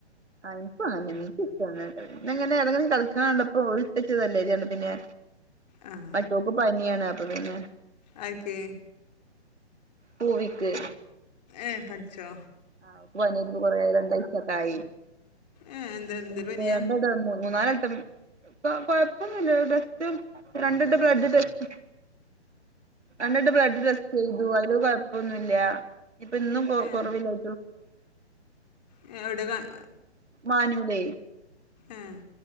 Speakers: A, on the right; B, on the left.
A: അപ്പ നിനക്ക് <unintelligible> പിന്നെ
B: ആ
A: മറ്റോക്ക് പനിയാണ് അപ്പൊ പിന്നെ
B: ആരിക്ക്?
A: പൂവിക്ക്
B: ഏഹ് പനിച്ചോ?
A: ആഹ് ഓക്ക് പനിയായിട്ട് ഇപ്പോ കൊറേ രണ്ടാഴ്ച്ചയൊക്കെയായി.
B: ഏ എന്താ എന്തൊരു
A: <unintelligible>
B: പനിയാ
A: മൂന്ന് നാലേസം കൊഴപ്പൊന്നുല്ല ടെസ്റ്റിൽ രണ്ട വട്ടം ബ്ലഡ് ടെസ്റ്റ് രണ്ട് വട്ടം ബ്ലഡ് ടെസ്റ്റ് ചെയ്തു അയില് കൊയൊപ്പൊന്നുല്ല്യ ഇനി ഇപ്പൊ ഇന്നും കൊർ
B: ഏ
A: കൊറാവില്ല
B: ഏ, എവിടെ കാ-
A: <unintelligible> പോയീണ് <unintelligible>
B: ഉം